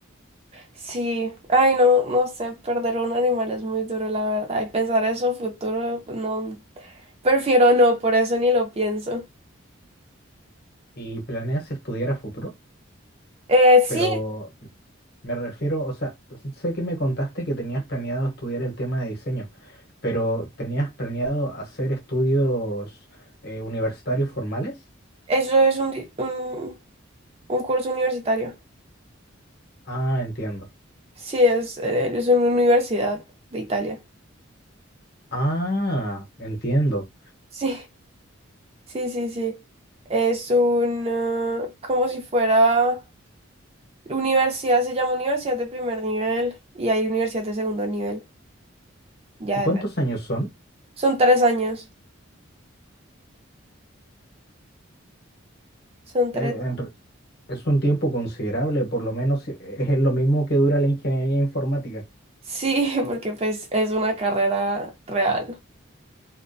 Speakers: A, on the right; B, on the left.
A: Sí, ay, no, no sé, perder un animal es muy duro, la verdad, y pensar eso a futuro, no, prefiero no, por eso ni lo pienso.
B: ¿Y planeas estudiar a futuro?
A: Eh, sí,
B: Pero me refiero, o sea, sé que me contaste que tenías planeado estudiar el tema de diseño, pero ¿tenías planeado hacer estudios eh, universitarios formales?
A: eso es un, di- un, un curso universitario.
B: Ah, entiendo.
A: Sí, es, eh, es una universidad de Italia.
B: Ah, entiendo.
A: Sí, sí, sí, sí. Es un, eh, como si fuera, universidad, se llama universidad de primer nivel y hay universidad de segundo nivel. Ya,
B: ¿Y ¿Cuántos
A: dep-
B: años son?
A: son tres años, son tres.
B: Eh, en re- es un tiempo considerable, por lo menos eh, es lo mismo que dura la ingeniería informática.
A: Sí, <laughs> porque pues es una carrera real,